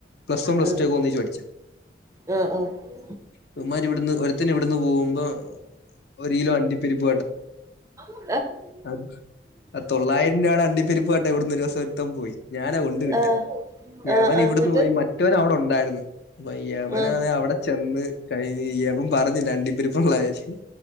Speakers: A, on the left; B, on the right.
A: പ്ലസ് വൺ പ്ലസ്
B: ഉം ഉം
A: ടു ഒക്കെ ഒന്നിച്ച് പഠിച്ച
B: ആഹ് ആഹ് ഉം
A: ഇവൻമാരി ഇവിടുന്ന് ഒരുത്തന് ഇവിടുന്ന് പോകുമ്പോ ഒരു കിലോ അണ്ടിപ്പരിപ്പ്
B: ആ
A: അ ആ തൊള്ളായിരം രൂപയുടെ അണ്ടിപ്പെരിപ്പ് കെട്ടെ ഇവിടുന്നരു ദിവസം ഓർത്ഥം പോയി ഞാനാ കൊണ്ട വിട്ട്
B: ആഹ്
A: യവൻ
B: ആഹ് ആഹ്
A: ഇവിടുന്ന്
B: എന്നിട്ട്
A: പോയി മറ്റവൻ അവിടെ ഉണ്ടായിരുന്നു അപ്പൊ യവനാണ്
B: ആഹ്
A: അവിടെ ചെന്ന് കഴിഞ് യവൻ പറഞ്ഞില്ല അണ്ടിപ്പരിപ്പ്ള്ള കാര്യം